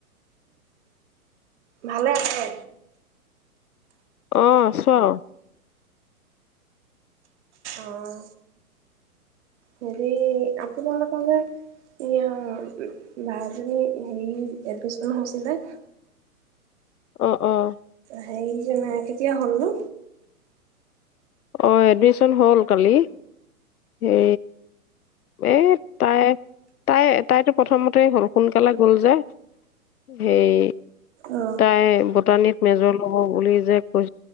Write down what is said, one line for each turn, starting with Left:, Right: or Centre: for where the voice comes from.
Right: ভালে আছে?
Left: অ' আছো আৰু।
Right: অ' হেৰি আপোনালোকৰ যে বা জনী হেৰি এডমিশন হৈছিলে।
Left: অ'অ'
Right: সেই যেনে কেতিয়া হ'ল নো
Left: অ' এডমিচন হ'ল কালি হে এ তাই। তাই তাইতো প্ৰথমতে হ'ল সোনকালে গ'ল যে সেই
Right: অ
Left: তাই বটানীত মেজৰ হব বুলি যে কৈ